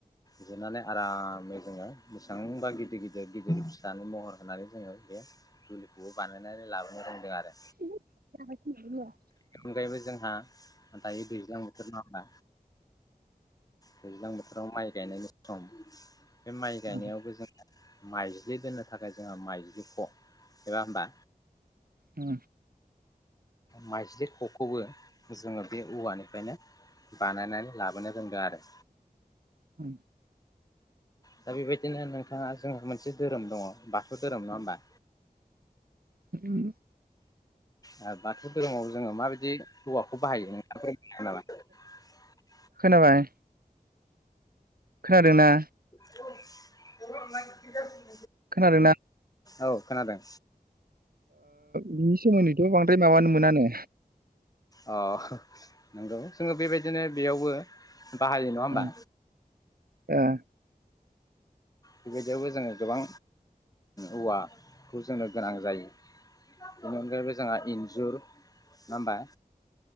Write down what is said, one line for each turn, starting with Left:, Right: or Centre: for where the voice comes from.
Left: जोनानै आरामै जोङो बेसेबांबा गिदिर गिदिर गिदिर फिथानो महर होनानै जोङो बे दुलिखौबो बानायनानै लाबोनो रोंदों आरो
Right: <unintelligible>
Left: बेनि अनगायैबो जोंहा दायो दैज्लां बोथोर नङा दैज्लां बोथोराव माइ गेन सम बे माइ गायनायावबो
Right: उम
Left: जों माइज्लि दोननो थाखाय जोङो माइज्लिखौ एबा होनबा
Right: औ
Left: माइज्लि खखौबो जोङो बे औवानिफ्रायनो बानायनानै लाबोनो रोंदों आरो
Right: औ
Left: दा बेबायदिनो नोंथाङा जोंहा मोनसे धोरोम दङ बाथौ धोरोम नङा होमबा
Right: उम
Left: आ बाथौ धोरोमाव जोङो माबायदि हौवाखौ बाहायो नोंथां <unintelligible>
Right: खोनाबाय खोनादोंना
Left: ग
Right: खोनादोंना
Left: औ खोनादों
Right: बिनि सोमोन्दैथ' बांद्राय माबानो मोनानो
Left: अ नंगौ जोङो बेबायदिनो बेयावबो बाहायो नङा होमबा
Right: ओ ओ
Left: बेबायदियावबो जोङो गोबां औवाखौ जोंनो गोनां जायो बेनि अनगायैबो जोंहा इन्जुर नङा होमबा